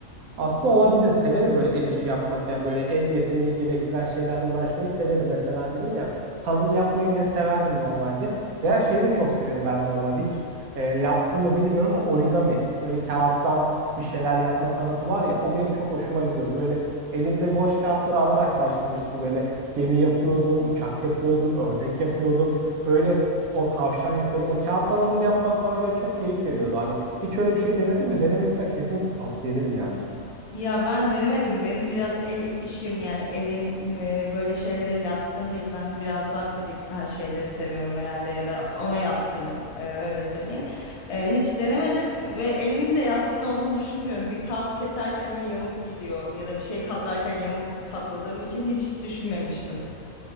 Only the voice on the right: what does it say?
Aslında olabilir. Severim böyle el işi yapmak. Yani böyle el yeteneği gerektiren şeylerle uğraşmayı severim. Mesela dedim ya puzzle yapmayı bile severdim normalde. Veya şeyi de çok severim ben normalde. Hiç e, yaptığımı bilmiyorum ama origami. Böyle kağıttan bir şeyler yapma sanatı var ya. O benim çok hoşuma gidiyordu. Böyle elimde boş kağıtları alarak başlamıştım. Böyle gemi yapıyordum, uçak yapıyordum, ördek yapıyordum. Böyle o tavşan yapıyordum. O kağıttan onları yapmak bana böyle çok keyif veriyordu. Hani hiç öyle bir şey denedin mi? Denemediysen kesinlikle tavsiye ederim yani.